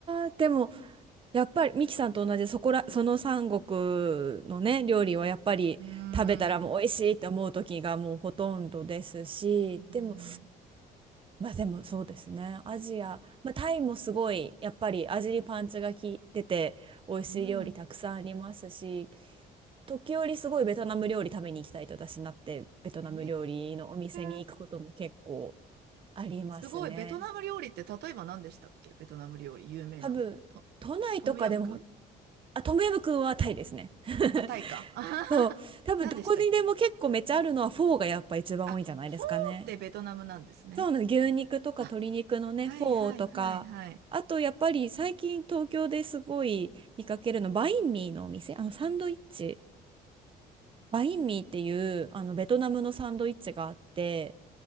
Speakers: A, on the right; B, on the right.
A: ー、でも、やっぱりミキさんと同じ、そこら、その三国のね、料理はやっぱり食べたらもう美味しいって思う時がもうほとんどですし、
B: うーん。うーん。
A: でも、まあでもそうですね。アジア、まあ、タイもすごい、やっぱり味にパンチが効いてて、美味しい料理たくさんありますし、
B: うん。
A: 時折すごいベトナム料理食べに行きたいと私になって、ベトナム料理のお店に行くことも結構
B: えー。
A: ありますね。
B: すごい。ベトナム料理って例えば何でしたっけベトナム料理有名なのって。
A: 多分、
B: ト、
A: 都内とかでも、
B: トムヤムクン
A: あ、トムヤムくんはタイですね。<laughs>
B: あ、タイか。<laughs> あはは何でしたっけ
A: そう。多分どこにでも結構めっちゃあるのはフォーがやっぱ一番多いんじゃないですかね。
B: あ、フォーってベトナムなんですね。
A: そうなの、牛肉とか鶏肉のね、
B: あ、はいはいはいはい。
A: フォーとか、あとやっぱり最近東京ですごい見かけるの、バインミーのお店、あのサンドイッチ、バインミーっていうあのベトナムのサンドイッチがあって、